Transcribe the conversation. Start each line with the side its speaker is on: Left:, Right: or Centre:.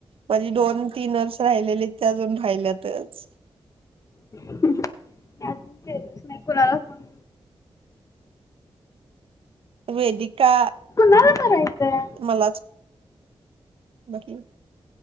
Right: माझी, दोन-तीन <unintelligible> राहिलेली, ते अजून राहिल्यातच.
Left: मी अजून केलंच नाही, कुणाला फोन.
Right: वेदिका,
Left: कुणाला करायचं
Right: मलाच बाकी,